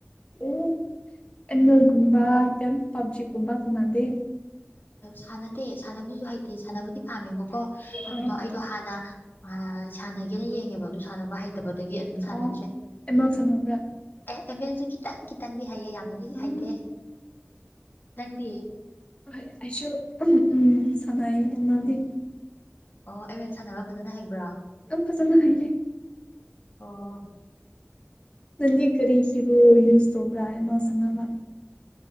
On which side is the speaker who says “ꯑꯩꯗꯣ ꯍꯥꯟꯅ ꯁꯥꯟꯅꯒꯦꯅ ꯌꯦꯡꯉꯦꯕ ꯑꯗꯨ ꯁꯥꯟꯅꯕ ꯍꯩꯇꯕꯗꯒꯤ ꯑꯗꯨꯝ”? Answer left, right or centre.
Left